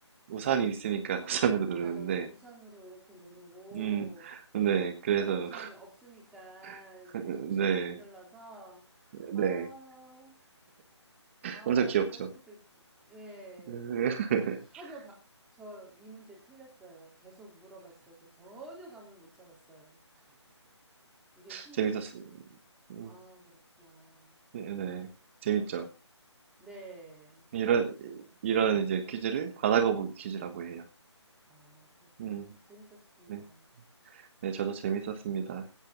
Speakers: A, on the right; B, in the centre.
A: 우산이 있으니까 <laughs> 우산으로 누르는데,
B: 아, 우산으로 이렇게 누르고,
A: 음, 네, 그래서,
B: 그냥 우산이 없으니까
A: <laughs>
B: 10층을
A: 네,
B: 못 눌러서, 아,
A: 네.
B: 아,
A: 엄청 귀엽죠.
B: 이럴 수도 있고. 예.
A: <laughs>
B: 전혀 바, 저 이 문제 틀렸어요. 계속 물어봤어도 전혀 감을 못 잡았어요. 이게 순,
A: 재밌었어요. 음,
B: 아, 그렇구나.
A: 네, 네. 재밌죠.
B: 네.
A: 이런, 이런 이제 퀴즈를 바다거북이 퀴즈라고 해요.
B: 아, 그렇구나.
A: 음,
B: 재밌었습니다.
A: 네. 네, 저도 재밌었습니다.